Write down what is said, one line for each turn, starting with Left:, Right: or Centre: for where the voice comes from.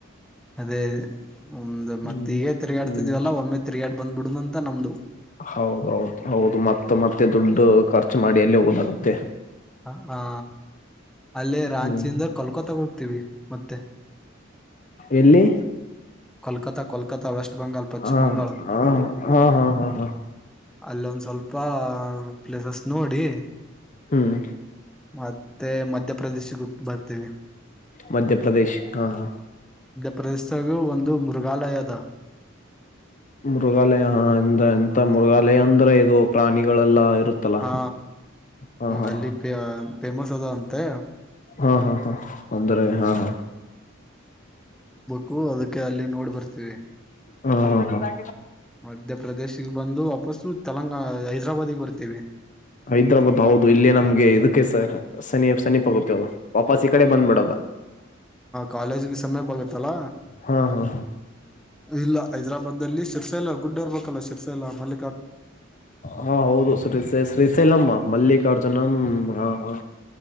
Centre: ಅದೇ ಒಮ್ದ ಮತ್ತೆ
Left: ಹ್ಮ್
Centre: ಈಗೇ ತಿರುಗಾಡ್ತಿದ್ವಲ್ಲ
Left: ಹ್ಮ್
Centre: ಒಮ್ಮೆ ತಿರುಗಾಡ್ ಬಂದ್ಬಿಡಮ ಅಂತ ನಮ್ದು
Left: ಹೌದೌದು ಹೌದು ಮ ತ್ತೆ
Centre: ಹ್ಮ್
Left: ದುಡ್ಡು ಖರ್ಚು ಮಾಡಿ ಅಲ್ಲಿ ಹೋಗೋದ ತ್ಯ
Centre: ಹ ಹಾ ಅಲ್ಲೇ ರಾಂಚಿಯಿಂದ
Left: ಹ್ಮ್
Centre: ಕಲ್ಕತ್ತಾಗ ಹೋಗ್ತೀವಿ ಮತ್ತೆ
Left: ಎಲ್ಲಿ
Centre: ಕಲ್ಕತ್ತಾಲ್ ಕಲ್ಕತಾ ವೆಸ್ಟ್ ಬಂಗಾಲ್ ಪಚ್ಚಿ
Left: ಹ
Centre: ಮಂಗಾಳ <inaudible>
Left: ಹ ಹಾ ಹಾ ಹಾ ಹಾ
Centre: ಅಲ್ಲೊಂದ ಸ್ವಲ್ಪ ಪ್ಲೇಸಸ್ ನೋಡಿ
Left: ಹ್ಮ್
Centre: ಮತ್ತೆ ಮಧ್ಯಪ್ರದೇಶಕೋಗ್ಗಿ ಬರ್ತೇವಿ
Left: ಮಧ್ಯ ಪ್ರದೇಶ್ ಹ ಹಾ
Centre: ಪ್ರದೇಶಗೂ ಒಂದು ಮೃಗಾಲಯದ
Left: ಮುೃಗಾಲಯ ಹಾ ಎಂತ
Centre: ಹ್ಮ್
Left: ಮುೃಗಾಲಯ ಅಂದ್ರೆ ಇದು ಪ್ರಾಣಿಗಳೆಲ್ಲ ಇರುತ್ತಲ್ಲ
Centre: ಹಾ
Left: ಹಾ ಹಾ
Centre: ಅಲ್ಲಿ ಫೇಮಸ್ ಅದ ಅಂತೆ
Left: ಹಾ -ಹಾ- ಹಾ ಅಂದ್ರೆ ಹಾ -ಹಾ
Centre: ಕು ಅದ ಕ ಅಲ್ಲಿ ನೋಡಿಬರ್ತೀವಿ
Left: ಹಾ- ಹಾ- ಹಾ
Centre: ಮಧ್ಯಪ್ರದೇಶಿಗೆ ಬಂದು ವಾಪಸ್ಸು ತೆಲಂಗ ಹೈದ್ರಾಬಾದಿಗೆ ಬರ್ತೀವಿ
Left: ಹೈದ್ರಾಬಾದ್ ಹೌದು ಇಲ್ಲೇ ನಮ್ಗೆ ಇದಕ್ಕೆ ಸನಿ- ಸನಿಪ್ಗುತ್ತ ಅದು ವಾಪಸ್ ಈ ಕಡೆ ಬಂದ್ಬಿಡದ
Centre: ಕಾಲೇಜಿಗೆ ಸಮಯಪ ಆಗತ್ತಲ್ಲ
Left: ಹಾ- ಹಾ
Centre: ಇಲ್ಲ ಹೈದರಾಬಾದ್ಲ್ಲಿ ಶಿರ್ಸೆಲ ಗುಡ್ಡ ಇರ್ಬೇಕಲ್ಲ ಶಿರ್ಸೆಲಾ ಮಳ
Left: ಹಾ ಹೌದು ಶ್ರೀ ಶ್ರೀ ಸೆಲಮ್ಮಮ್ಮ ಮಲ್ಲಿಕಾರ್ಜುನ ಹ ಹಾ